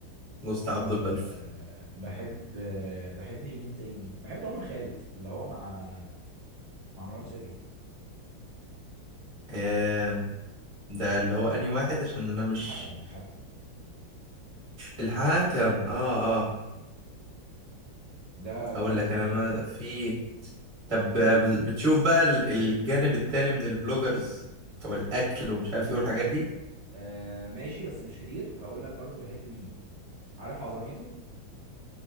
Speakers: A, on the right (about 20°); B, on the right (about 65°).
A: لوست
B: أه
A: عبده البلف
B: بحب آه، بحب مين تاني بحب عمر خالد اللي هو مع مع مروان سري
A: آه ده اللي هو انهي واحد عشان انا مش
B: الحكم الحكم
A: الحاكم اه اه
B: ده ده
A: هقول
B: انا بحبه
A: لك انا
B: جدا
A: ما في طب بتشوف بقى ال- الجانب التاني من البلوجرز بتوع الاكل ومش عارف ايه والحاجات دي
B: آه ماشي بس مش كتير هقول لك برضو بحب مين عارف عظميته